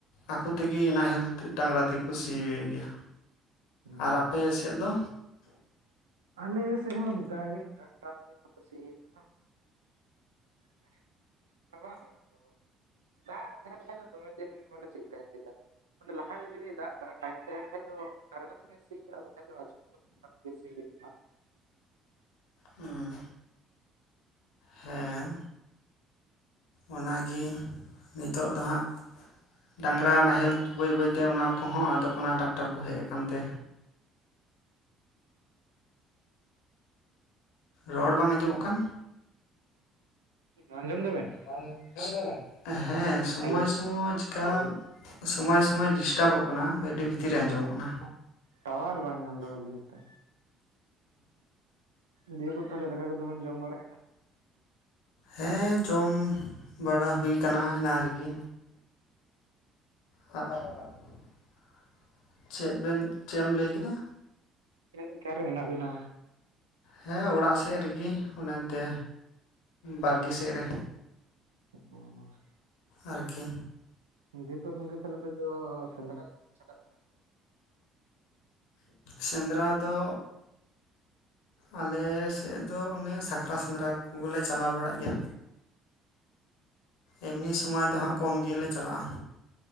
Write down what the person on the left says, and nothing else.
ᱟᱠᱩ ᱛᱤᱜᱤ ᱱᱟᱦᱮᱞ ᱰᱟᱝᱨᱟ ᱛᱤᱜᱤ ᱠᱩ ᱥᱤ ᱭᱮᱫ ᱜᱤᱭᱟ
ᱟᱨ ᱟᱯᱮ ᱥᱮᱫ ᱫᱚ
ᱦᱩᱸ ᱦᱮᱸ ᱚᱱᱟᱜᱮ ᱱᱤᱛᱚᱜ ᱫᱚ ᱦᱟᱸᱜ ᱰᱟᱝᱨᱟ ᱱᱟᱦᱮᱞ ᱵᱟᱹᱭ ᱵᱟᱹᱭᱛᱮ ᱚᱱᱟ ᱠᱚᱦᱚᱸ ᱟᱫᱚᱜ ᱠᱟᱱᱟ ᱰᱟᱠᱴᱟᱨ ᱠᱚ ᱦᱮᱡ ᱟᱠᱟᱱ ᱛᱮ᱾ ᱨᱚᱲ ᱵᱟᱝ ᱟᱸᱡᱚᱢᱚᱜ ᱠᱟᱱ
ᱵᱟᱝ, ᱟᱸᱡᱚᱢ ᱫᱟᱵᱮᱱ, ᱦᱮᱸ ᱥᱚᱢᱚᱭ
ᱥᱚᱢᱚᱭ ᱪᱮᱠᱟ ᱥᱚᱢᱚᱭ ᱥᱚᱢᱚᱭ ᱰᱤᱥᱴᱟᱵᱚᱜ ᱠᱟᱱᱟ ᱜᱟᱹᱰᱤ ᱵᱷᱤᱛ ᱵᱷᱤᱛᱤᱨ ᱨᱮ
ᱟᱸᱡᱚᱢᱚᱜ ᱠᱟᱱᱟ᱾
ᱦᱮᱸ ᱡᱚᱢ ᱵᱟᱲᱟ ᱦᱩᱭ ᱠᱟᱱᱟ ᱮᱱᱟᱝ ᱨᱮᱜᱮ᱾ <unintelligible> ᱪᱮᱫ ᱵᱮᱱ ᱪᱮᱫ ᱮᱢ ᱞᱟᱹᱭ ᱠᱮᱫᱟ?
ᱦᱮᱸ ᱚᱲᱟᱜ ᱥᱮᱫ ᱨᱮᱜᱮ ᱚᱱᱮ ᱮᱱᱛᱮ ᱵᱟᱲᱜᱮ ᱥᱮᱫ ᱨᱮ᱾
ᱟᱨᱠᱤ
ᱥᱮᱸᱫᱽᱨᱟ ᱫᱚ ᱟᱞᱮ ᱥᱮᱫ ᱫᱚ ᱚᱱᱮ ᱥᱟᱠᱨᱟᱛ ᱥᱮᱸᱫᱽᱨᱟ ᱠᱚᱜᱮᱞᱮ ᱪᱟᱞᱟᱣ ᱵᱟᱲᱟᱜ ᱜᱮᱭᱟ᱾ ᱮᱢᱱᱤ ᱥᱚᱢᱚᱭ ᱫᱚ ᱦᱟᱸᱜ ᱠᱚᱢ ᱜᱮᱞᱮ ᱪᱟᱞᱟᱜᱼᱟ᱾